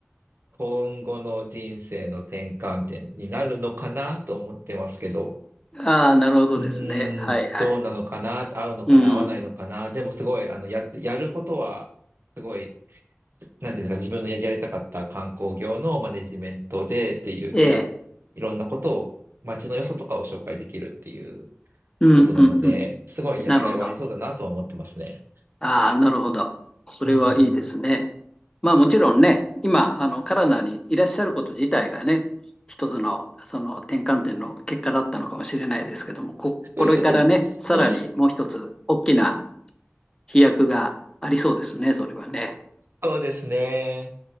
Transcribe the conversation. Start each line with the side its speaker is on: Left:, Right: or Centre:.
Right: 今後の人生の転換点になるのかなと思ってますけど、
Left: ああ、なるほどですね。
Right: うーん、
Left: はい、はい。
Right: どうなのかな、合うのかな、
Left: うん、
Right: 合わないのかな。でもすごい、あの、やって、やることは、すごい、すなんていうんですか、自分のやりやりたかった観光業のマネジメントでっていう、で、
Left: ええ、
Right: いろんなことを、街の良さとかを紹介できるっていう
Left: うん、
Right: ことなので、
Left: うん、うん、
Right: すごいやりがいはありそうだなとは思ってますね。
Left: なるほど。ああ、なるほど。それはいいですね。
Right: うんうん。
Left: まあもちろんね、今、あの、カナダにいらっしゃること自体がね、一つの、その転換点の結果だったのかもしれないですけども、こ、
Right: えー
Left: これからね、さらにもう一つ大きな飛躍がありそうですね、それはね。
Right: そうですね。